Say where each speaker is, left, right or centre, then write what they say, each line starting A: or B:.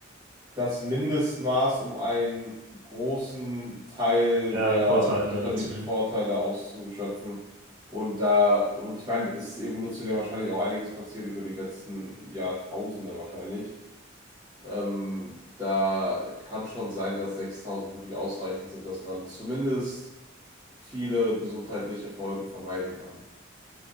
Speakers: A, on the right; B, on the right.
A: das Mindestmaß, um einen großen Teil
B: Der
A: der
B: Vorteile
A: gesundheitlichen
B: mitzunehmen.
A: Vorteile auszuschöpfen. Und da, und ich meine, es ist evolutionär wahrscheinlich auch einiges passiert über die letzten Jahrtausende wahrscheinlich. Ähm, da kann schon sein, dass 6000 wirklich ausreichend sind, dass man zumindest viele gesundheitliche Folgen vermeiden kann.